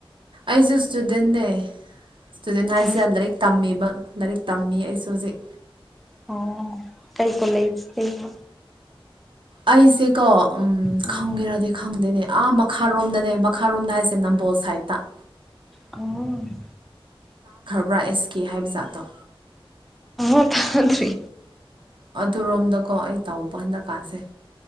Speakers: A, on the right (about 60°); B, in the centre.
A: ꯑꯩꯁꯨ ꯏꯁꯇꯨꯗꯦꯟꯅꯦ ꯏꯁꯇꯨꯗꯦꯟ ꯍꯥꯏꯁꯦ
B: ꯑ
A: ꯂꯥꯏꯔꯤꯛ ꯇꯝꯃꯤꯕ ꯂꯥꯏꯔꯤꯛ ꯇꯝꯃꯤ ꯑꯩꯁꯨ ꯇꯖꯦꯛ
B: ꯑꯣ ꯀꯩ ꯀꯣꯂꯦꯖ
A: ꯑꯩꯁꯦꯀꯣ ꯎꯝ
B: ꯎꯝ
A: ꯈꯪꯒꯦꯔꯗꯤ ꯈꯪꯗꯦꯅꯦ ꯑꯥ ꯃꯈ ꯃꯈꯥꯔꯣꯝꯗꯅꯦ ꯃꯈꯥꯔꯣꯝꯗ ꯍꯥꯏꯁꯦ ꯅꯝꯕꯣꯜ ꯁꯥꯏꯠꯇ
B: ꯎꯝ
A: ꯕ꯭ꯔꯥ ꯑꯦꯁ ꯀꯦ ꯍꯥꯏꯕ ꯥꯖꯠꯇꯣ
B: ꯑ ꯊ ꯊ꯭ꯔꯤ
A: ꯇꯨꯔꯣꯝꯗꯀꯣ ꯑꯩ ꯇꯥꯎꯕ ꯍꯟꯗꯛ ꯀꯥꯟꯁꯦ